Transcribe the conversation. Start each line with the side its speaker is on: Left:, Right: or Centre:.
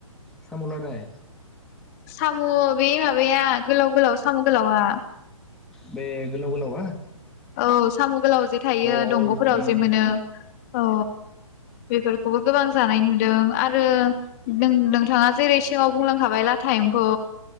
Centre: सामु लादाय
Left: सामु बे माबाया गोलाव गोलाव सामु गोलावा
Centre: बे गोलाव गोलावा
Left: औ सामु गोलाव जे थायो
Centre: अ
Left: दंग'फोराव
Centre: उम
Left: जे मोनो औ बेफोरखौबो गोबां जानाय नुदों आरो नों नोंथाङा जेरै सिगाङाव बुंलांखाबाय ला था एम्फौ